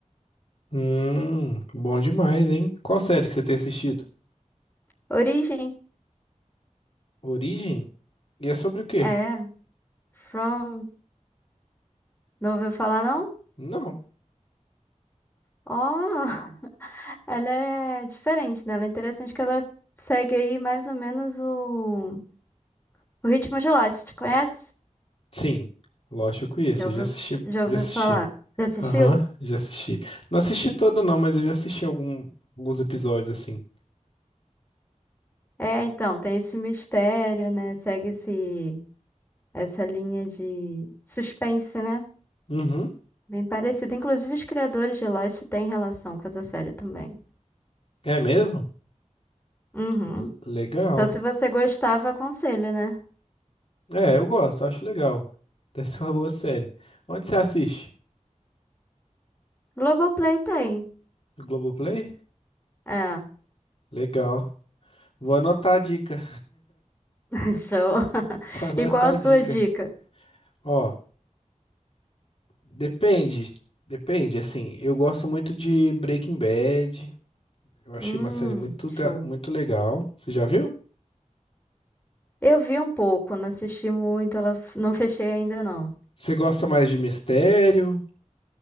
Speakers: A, on the left (about 45°); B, on the left (about 15°).
A: Hum, bom demais, hein? Qual série que você tem assistido?
B: Origem,
A: Origem? E é sobre o quê?
B: é, From, não ouviu falar não?
A: Não.
B: Ó, <laughs> ela é diferente, né? Ela é interessante que ela segue aí mais ou menos o, o ritmo de Lost, Você conhece?
A: Sim, lógico que eu conheço,
B: Já
A: eu
B: ouviu,
A: já assisti,
B: já ouviu
A: já assisti.
B: falar? Já assistiu?
A: Aham, já assisti. Não assisti todo não, mas eu já assisti algum- alguns episódios assim.
B: É, então, tem esse mistério, né? Segue esse, essa linha de suspense, né?
A: Uhum,
B: Bem parecido. Inclusive, os criadores de Lost têm relação com essa série também.
A: é mesmo?
B: Uhum.
A: L- legal.
B: Então, se você gostava, aconselho, né?
A: É, eu gosto, acho legal. Deve ser uma boa série. Onde você assiste?
B: Globoplay tem.
A: No Globoplay?
B: É,
A: Legal. Vou anotar a dica.
B: <laughs> show. <laughs>
A: <laughs> Vou anotar
B: E qual a
A: a
B: sua
A: dica.
B: dica?
A: Ó, depende. Depende, assim, eu gosto muito de Breaking Bad. Eu achei
B: Hum,
A: uma série muito, ga-
B: show.
A: muito legal. Você já viu?
B: Eu vi um pouco, não assisti muito, ela f- não fechei ainda não.
A: Você gosta mais de mistério